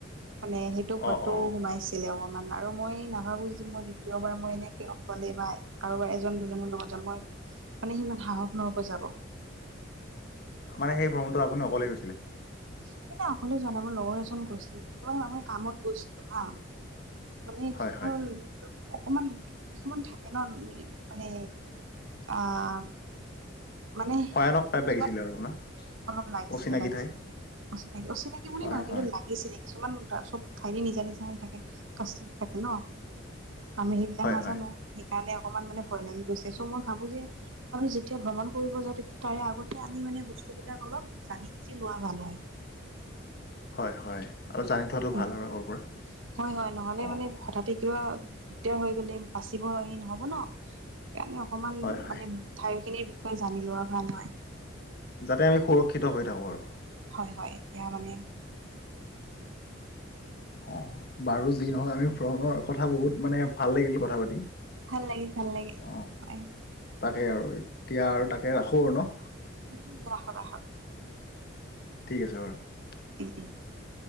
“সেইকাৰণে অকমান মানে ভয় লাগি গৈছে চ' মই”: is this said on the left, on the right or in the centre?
Right